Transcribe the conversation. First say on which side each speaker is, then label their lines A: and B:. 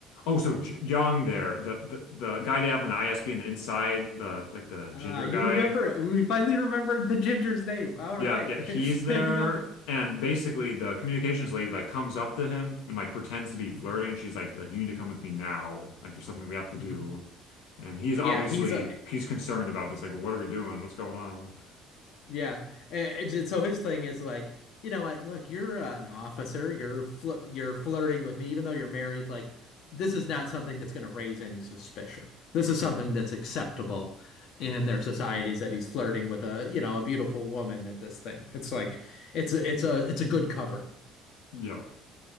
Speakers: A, on the left; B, on the left.
A: oh so J Young there the, the the guy they have on the ISB in the inside the like the ginger
B: uh you
A: guy
B: remember it. we finally remembered the ginger's name. All
A: Yeah,
B: right.
A: yeah, he's
B: <laughs>
A: there,
B: Yeah.
A: and basically the communications lady like comes up to him and like pretends to be flirting,
B: Mhm.
A: and she's like, like, "You need to come with me now. Like, there's something we have to
B: Mhm.
A: do." And he's
B: Yeah,
A: obviously
B: he's a
A: he's concerned about this. Like, well, what are we doing? What's going on?
B: Yeah. And it's so his thing is like, you know, like, look, you're uh, an officer. You're fl you're flirting with me, even though you're married. Like, this is not something that's going to raise any suspicion. This is something that's acceptable in their societies that he's flirting with a, you know, a beautiful woman at this thing. It's like, it's a, it's a, it's a good cover.
A: Yeah,